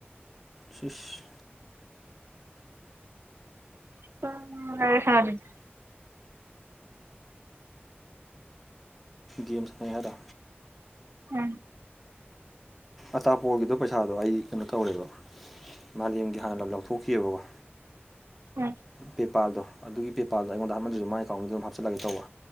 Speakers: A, in the centre; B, on the right.
A: ꯁꯤꯏꯁ
B: <inaudible> <unintelligible>
A: ꯒꯦꯝ ꯁꯥꯟꯅꯩ ꯍꯥꯏꯔꯣ
B: ꯎꯝ
A: ꯑꯇꯥꯄꯣꯒꯤꯗꯣ ꯄꯩꯁꯥꯗꯣ ꯑꯩ ꯀꯩꯅꯣ ꯇꯧꯔꯦꯕ ꯃꯥꯂꯦꯝꯒꯤ ꯍꯥꯟꯅ ꯂꯧꯊꯣꯛꯈꯤꯑꯦꯕꯀꯣ
B: ꯎꯝ
A: ꯄꯦꯄꯥꯜꯗꯣ ꯑꯗꯨꯒꯤ ꯄꯦꯄꯥꯜꯗꯣ ꯑꯩꯉꯣꯟꯗ ꯑꯃꯗꯨꯖꯨ ꯃꯥꯏ ꯑꯦꯀꯥꯎꯟꯗ ꯑꯗꯨꯝ ꯍꯥꯞꯆꯤꯜꯂꯒꯦ ꯇꯧꯕ